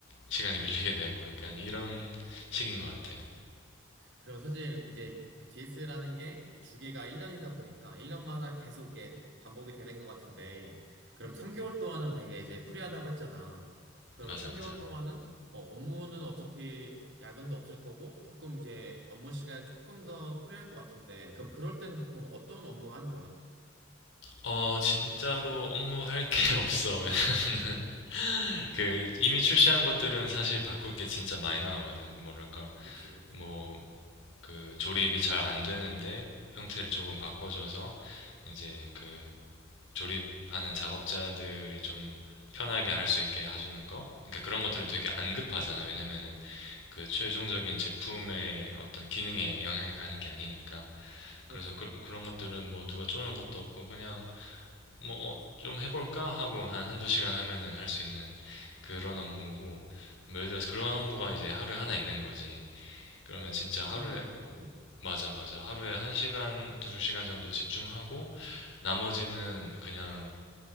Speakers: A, on the left (about 75°); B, on the right (about 65°).
A: 시간이 밀리게 되고 약간 이런 식인 것 같아.
B: 그리고 사실 이제 그 DS라는 게이 주기가 1년이다 보니까 1년마다 계속 이게 반복이 되는 것 같은데 그럼 3개월 동안은 되게 이제 프리하다고 했잖아. 그러면
A: 맞아,
B: 3개월
A: 맞아.
B: 동안은 어, 업무는 어차피 야근도 없을 거고 조금 이제 업무 시간 조금 더 프리할 것 같은데 그럼 그럴 때는 보통 어떤 업무 하는 거야?
A: 어, 진짜로 업무할 게 <laughs> 없어. 왜냐면은 <laughs> 그 이미 출시한 것들은 사실 바꿀 게 진짜 마이너하거든. 뭐랄까
B: 그치, 그치.
A: 뭐 그 조립이 잘 안 되는데 형태를 조금 바꿔줘서 이제 그 조립하는 작업자들이 좀 편하게 할 수 있게 해주는 거. 그러니까 그런 것들은
B: 음,
A: 되게 안 급하잖아. 왜냐면은 그 최종적인 제품의 어떤 기능에 영향이 가는 게 아니니까.
B: 그렇지.
A: 그래서 그, 런 것들은 뭐 누가 쪼는 것도 없고 그냥 뭐, 어, 좀 해볼까? 하고 한 한두 시간 하면은 할 수 있는 그런
B: 음,
A: 업무고, 뭐 예를 들어서 그런 업무가 이제 하루에 하나 있는 거지. 그러면
B: 와,
A: 진짜
B: 진짜
A: 하루에,
B: 괜찮은데 그러면?
A: 맞아, 맞아. 하루에 한 시간, 두 시간 정도 집중하고, 나머지는 그냥